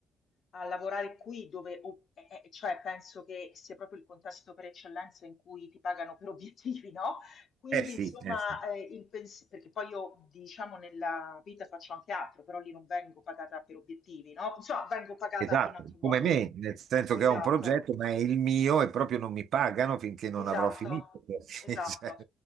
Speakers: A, on the left; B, on the right.
A: a lavorare qui, dove, o- eh, eh, cioè penso che sia proprio il contesto per eccellenza in cui ti pagano per obiettivi, no? Quindi
B: eh sì,
A: insomma,
B: eh sì,
A: ehm, il pens perché poi io diciamo nella vita faccio anche altro, però lì non vengo pagata per obiettivi, no, insomma vengo pagata
B: esatto,
A: in altro modo.
B: come me, nel senso
A: Esatto.
B: che ho un progetto, ma è il mio e proprio non mi pagano finché non
A: Esatto,
B: avrò finito, perché
A: esatto.
B: <laughs> cioè,